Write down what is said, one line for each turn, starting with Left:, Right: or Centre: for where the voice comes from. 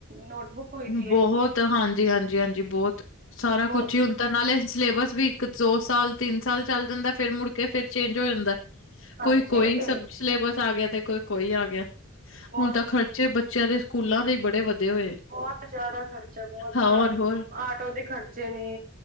Right: ਨੋਟਬੁੱਕ ਹੋਈ ਦੀ
Left: ਬਹੁਤ
Right: ਹੈ
Left: ਹਾਂਜੀ, ਹਾਂਜੀ, ਹਾਂਜੀ ਬਹੁਤ, ਸਾਰਾ
Right: ਬਹੁਤ
Left: ਕੁਛ ਹੀ ਹੁੰ ਤਾਂ ਨਾਲੇ ਸਿਲੇਬਸ ਵੀ ਇੱਕ- ਦੋ ਸਾਲ, ਤਿੰਨ ਸਾਲ ਚੱਲ ਜਾਂਦਾ ਫਿਰ ਮੁੜਕੇ ਫਿਰ ਚੇਂਜ ਹੋ ਜਾਂਦਾ।
Right: ਹਾਂਜੀ
Left: ਕੋਈ- ਕੋਈ
Right: ਉਹ ਤੇ
Left: ਸ ਸਿਲੇਬਸ ਆ ਗਿਆ, ਤੇ ਕੋਈ- ਕੋਈ ਆ ਗਿਆ
Right: ਬਹੁਤ
Left: ਹੁਣ ਤਾਂ ਖਰਚੇ
Right: ਸੱਚੀ
Left: ਬੱਚਿਆਂ ਦੇ ਸਕੂਲਾਂ ਦੇ ਹੀ ਬੜੇ ਵੱਧੇ ਹੋਏ।
Right: ਬਹੁਤ ਜਿਆਦਾ ਖਰਚ ਖਰਚੇ ਬਹੁਤ
Left: ਹੋਰ-ਹੋਰ
Right: ਸਾਰੇ ਆਟੋ ਦੇ ਖਰਚੇ ਨੇ,